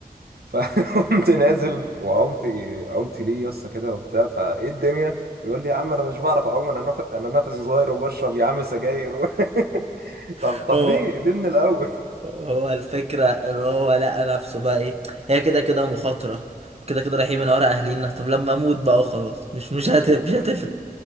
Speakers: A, on the right; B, on the right.
A: فقمت <laughs> نازل وعمت عمت ليه يا اسطى كده وبتاع فايه الدنيا بيقول لي يا عم انا مش بعرف اعوم انا نف... انا نفسي صغير وبشرب يا عم سجاير و... <laughs>
B: <laughs>
A: طب طب
B: اه
A: ليه ليه من الاول
B: هو الفكرة ان هو لقى نفسه بقى ايه هي كده كده مخاطرة وكده كده رايحين من ورا اهلينا طب لما اموت بقى وخلاص مش مش
A: <laughs>
B: هت...
A: هو
B: مش هتفرق